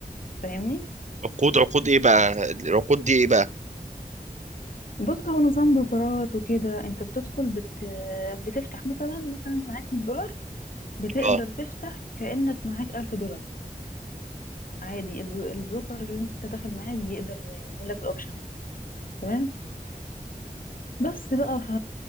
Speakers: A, on the left; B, on the right.
A: فاهمني
B: عقود عقود ايه بقى العقود دي ايه بقى
A: بص هو نظام بروكرات وكده انت بتدخل بت... بتفتح مثلا مثلا معاك 100 دولار بتقدر
B: اه
A: تفتح كأنك معاك 1000 دولار عادي الب- البروكر اللي انت داخل معاه بيقدر يعمل لك الاوبشن ده تمام بس بقى ف